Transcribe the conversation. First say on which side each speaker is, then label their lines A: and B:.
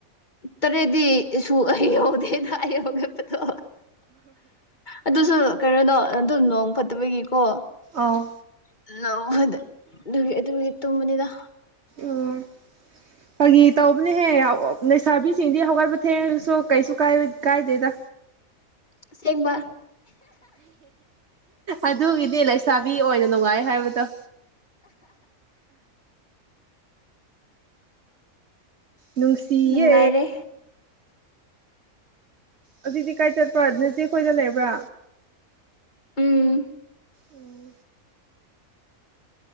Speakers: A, on the left; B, on the right.
A: ꯇꯔꯦꯗꯤ ꯁꯨ ꯑꯩꯍꯧꯗꯦꯅ ꯑꯩꯍꯧꯒꯦꯕꯗꯣ ꯑꯗꯨꯁꯨ ꯀꯩꯅꯣꯅꯣ ꯑꯗꯨ ꯅꯣꯡ ꯐꯠꯇꯕꯒꯤꯀꯣ
B: ꯑꯥꯎ
A: <unintelligible> ꯑꯗꯨ ꯑꯗꯨꯒꯤ ꯇꯨꯝꯕꯅꯤꯗ
B: ꯑꯣ ꯐꯒꯤ ꯇꯧꯕꯅꯦꯍꯦ ꯂꯩꯁꯥꯕꯤꯁꯤꯡꯗꯤ ꯍꯒꯠꯕ ꯊꯦꯡ ꯁꯣ ꯀꯩꯁꯨ ꯀꯥꯏ ꯀꯥꯏꯗꯦꯗ
A: ꯑꯁꯦꯡꯕ
B: ꯑꯗꯨꯒꯤꯅꯦ ꯂꯩꯁꯥꯕꯤ ꯑꯣꯏꯅ ꯅꯨꯡꯉꯥꯏ ꯍꯥꯏꯕꯗꯣ ꯑ ꯅꯨꯡꯁꯤꯌꯦ
A: ꯅꯨꯡꯉꯥꯏꯔꯦ
B: ꯑꯗꯨꯗꯤ ꯀꯥꯏ ꯆꯠꯄ꯭ꯔꯣ ꯑꯗꯨ ꯅꯆꯦꯈꯣꯏꯗ ꯂꯩꯕ꯭ꯔꯥ
A: ꯎꯝ
B: ꯑꯣ